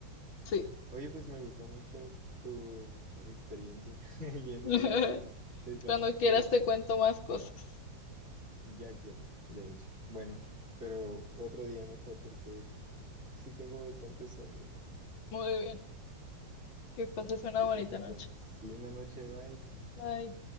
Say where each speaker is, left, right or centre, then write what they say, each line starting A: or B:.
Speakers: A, on the left; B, on the right.
A: Sí.
B: Oye, pues me gustó mucho tu experiencia <laughs> yendo
A: <laughs>
B: allá, está
A: Cuando
B: muy interesante.
A: quieras te cuento más cosas.
B: Ya quiero, de hecho. Bueno, pero otro día mejor porque sí tengo bastante sueño ya.
A: Muy bien. Que
B: Bueno,
A: pases una
B: te dejo
A: bonita
B: entonces.
A: noche.
B: Linda noche, bye.
A: Bye.